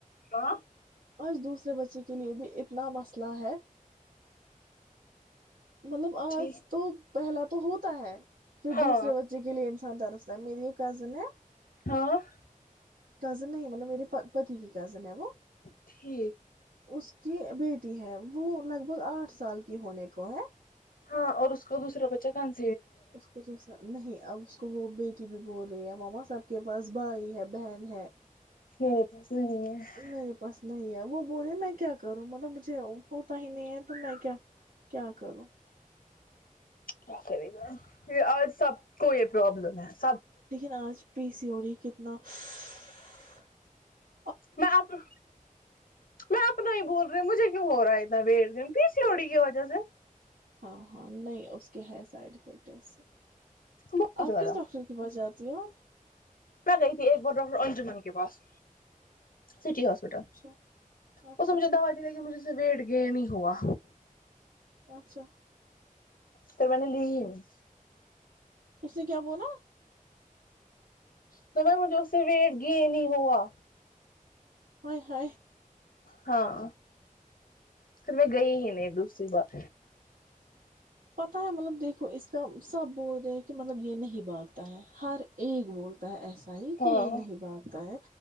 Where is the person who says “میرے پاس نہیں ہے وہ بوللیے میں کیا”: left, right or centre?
Right